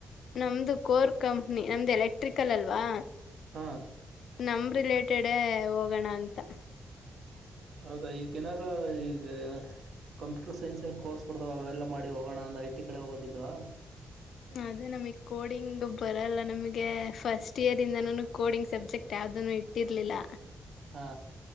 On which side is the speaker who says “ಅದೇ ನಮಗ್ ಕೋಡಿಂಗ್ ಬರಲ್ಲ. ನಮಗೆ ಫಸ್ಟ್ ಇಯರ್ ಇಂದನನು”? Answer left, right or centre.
Left